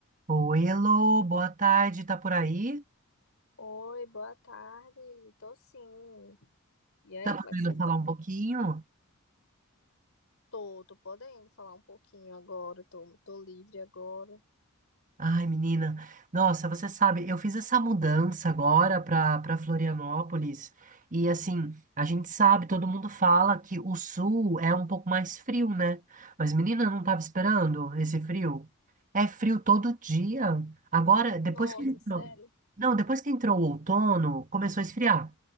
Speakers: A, on the right; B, on the left.
A: Oi, Elô, boa tarde, tá por aí?
B: Oi, boa tarde. Tô sim. E aí,
A: Tá
B: como
A: podendo
B: é que você
A: falar
B: tá?
A: um pouquinho?
B: Tô, tô podendo falar um pouquinho agora. Tô, tô livre agora.
A: Ai, menina, nossa, você sabe, eu fiz essa mudança agora para para Florianópolis e assim, a gente sabe, todo mundo fala que o sul é um pouco mais frio, né? Mas menina, eu não tava esperando esse frio. É frio todo dia. Agora, depois
B: Nossa,
A: que entrou,
B: sério?
A: não, depois que entrou o outono, começou a esfriar,